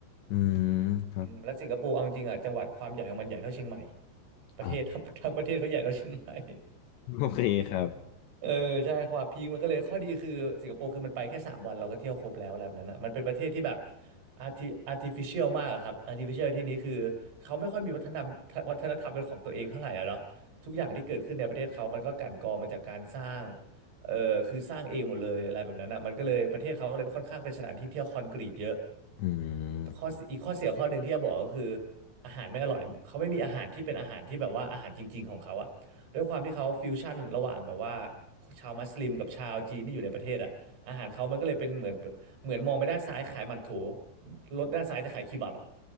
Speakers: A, on the left (about 75°); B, on the right (about 65°).
A: อืมครับ
B: อืมและสิงคโปร์เอาจริงๆอ่ะจังหวัดความใหญ่ของมันใหญ่เท่าเชียงใหม่ประเทศ
A: อ่ะ
B: <laughs> ทั้งทั้งประเทศเขาใหญ่เท่าเชียงใหม่
A: <laughs> โอเคครับ
B: เออใช่ความพีคมันก็เลยข้อดีคือสิงคโปร์คือมันไปแค่สามวันเราก็เที่ยวครบแล้วอะไรแบบนั้นนะมันเป็นประเทศที่แบบ arti artificial มากอะครับ artificial ที่นี้คือเขาไม่ค่อยมีวัฒนธรรมวัฒนธรรมเป็นของตัวเองเท่าไหร่อะเนาะทุกอย่างที่เกิดขึ้นในประเทศเขามันก็กลั่นกรองมาจากการสร้างเออคือสร้างเองหมดเลยอะไรแบบนั้นนะมันก็เลยประเทศเขาก็เลยค่อนข้างเป็นสถานที่เที่ยวคอนกรีตเยอะ
A: อืม
B: ข้อีอีกข้อเสียข้อหนึ่งที่จะบอกก็คืออาหารไม่อร่อยเขาไม่มีอาหารที่เป็นอาหารที่แบบว่าอาหารจริงๆของเขาอะ ด้วยความที่เขาฟิวชั่นระหว่างแบบว่าชาวมัสลิมกับชาวจีนที่อยู่ในประเทศอ่ะอาหารเขามันก็เลยเป็นเหมือนเหมือนมองไปด้านซ้ายขายหมั่นโถรถด้านซ้ายจะขายคีบับอ่ะ